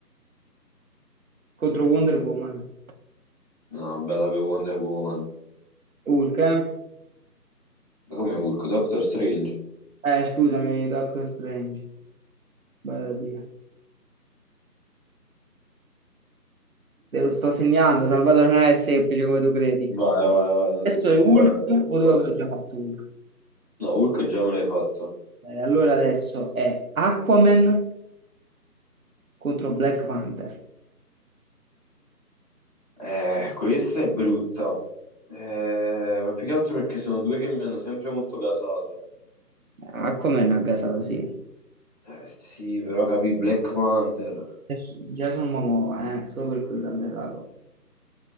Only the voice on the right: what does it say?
contro Wonder Woman.
Hulk, eh?
Eh, scusami, Doctor Strange. Vado a dire. Te lo sto segnando, Salvatore non è semplice come tu credi.
Adesso
è Hulk,
o dove avevo già fatto Hulk.
Eh, allora adesso è Aquaman contro Black Panther.
Eh, Aquaman ha gasato, sì.
Adesso Jason Momoa, eh, solo per quello ha gasato.